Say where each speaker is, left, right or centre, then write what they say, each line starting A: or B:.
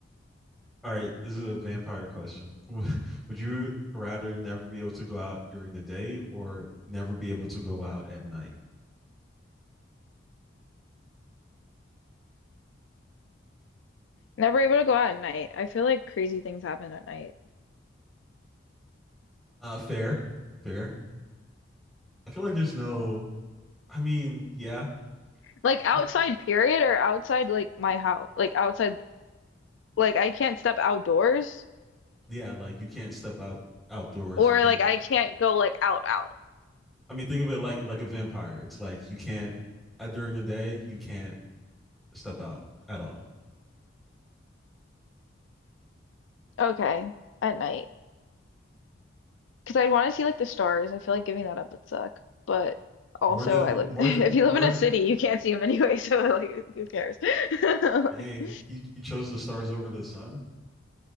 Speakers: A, in the centre; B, on the left (about 75°).
A: all right, this is a vampire question. <laughs> Would you rather never be able to go out during the day or never be able to go out at night?
B: Never able to go out at night. I feel like crazy things happen at night.
A: Uh, fair, fair. I feel like there's no I mean, yeah,
B: Like outside,
A: Th-
B: period, or outside like my house. Like outside, like I can't step outdoors
A: yeah. Like you can't step out outdoors.
B: or
A: When
B: like
A: the,
B: I can't go like out out.
A: I mean, think of it like like a vampire. It's like you can't uh, during the day. You can't step out at all.
B: Okay, at night. because I'd want to see like the stars. I feel like giving that up would suck. But also,
A: More than
B: I live
A: more
B: <laughs> if
A: than
B: you
A: more
B: live in a
A: than
B: city, you can't see them anyway. <laughs> So like, who cares? <laughs>
A: dang, you, you chose the stars over the sun.